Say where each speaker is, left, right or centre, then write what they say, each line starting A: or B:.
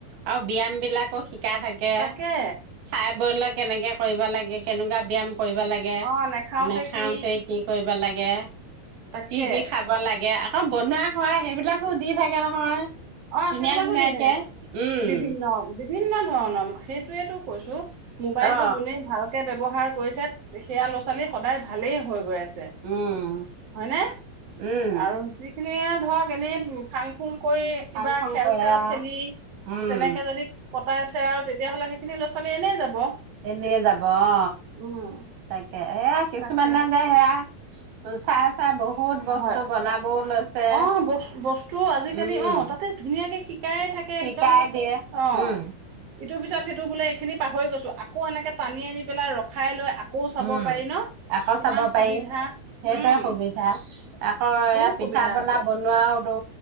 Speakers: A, on the right; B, on the right.
A: আৰু ব্যায়াম বিলাকো শিকাই থাকে
B: তাকে
A: খাই বলৈ কেনেকে কৰিব লাগে কেনেকুৱা ব্যায়াম কৰিব লাগে
B: অ নেখাওতে
A: নেখাওঁতে
B: কি
A: কি কৰিব কৰিব লাগে
B: তাকে
A: কি কি খাব লাগে অ বনোৱা খোৱা সেইবিলাকো দি থাকে নহয়
B: অ
A: ধুনীয়া
B: সেইবিলাকো
A: ধুনীয়াকে
B: দি থাকে
A: উম
B: বিভিন্ন বিভিন্ন ধৰণৰ সেইটোৱেটো কৈছোঁ মোবাইলটো
A: অ
B: যোনে ভালকে ব্যৱহাৰ কৰিছে সেয়া ল'ৰা ছোৱালী সদায় ভালেই হৈ গৈ আছে
A: উম
B: হয়নে
A: উম
B: আৰু যি এনে ধৰক এনেই ফাং ফুং কৰি কিবা
A: ফাং ফুং
B: খেল
A: কৰে
B: চেল
A: আও
B: খেলি
A: উম
B: তেনেকে যদি কটাই আছে আৰু তেতিয়াহ'লে সেইখিনি ল'ৰা ছোৱালী এনেই যাব
A: এনে যাব অ
B: উম
A: তাকে এয়া কিছুমান
B: তাকে
A: নেযায় সেয়া চাই চাই বহুত বস্তু
B: হয়
A: বনাবও লৈছে
B: অ' বস বস্তু আজিকালি
A: উম
B: অ' তাতে ধুনীয়াকে শিকায়ে থাকে
A: শিকাই
B: একদম
A: দিয়ে
B: অ'
A: উম
B: ইটোৰ পিছত সিটো বোলে এইখিনি পাহৰি গৈছো আকৌ এনেকে টানি আনি পেলাই ৰখাই লৈ আকৌ চাব
A: উম
B: পাৰি ন
A: আকৌ চাব
B: ইমান
A: পাৰি
B: সুবিধা
A: সেইটোৱে
B: উম
A: সুবিধা আকৌ
B: বহুত
A: এ পিঠা
B: সুবিধা
A: পনা
B: হৈছে
A: বনোৱাওতো